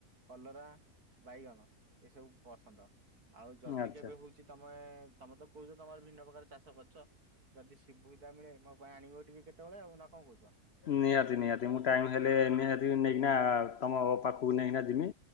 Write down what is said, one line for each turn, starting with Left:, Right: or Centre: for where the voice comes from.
Right: କଲରା ବାଇଗଣ ଏସବୁ ପସନ୍ଦ ଆଉ ଯଦି
Left: ଆଚ୍ଛା।
Right: କେବେ ହଉଛି ତମେ ତମେ ତ କହୁଛ ତମର ଭିନ୍ନ ପ୍ରକାର ଚାଷ ଗଛ ଯଦି ସିଭୁ ଧା ମିଳେ ମୋ ପାଇଁ ଆଣିବ ଟିକେ କେତେବେଳେ ଆଉ କଣ କହୁଛ
Left: ନିହାତି ନିହାତି ମୁଁ ଟାଇମ ହେଲେ ନିହାତି ନେଇକିନା ତମ ପାଖକୁ ନେଇକିନା ଜିମି।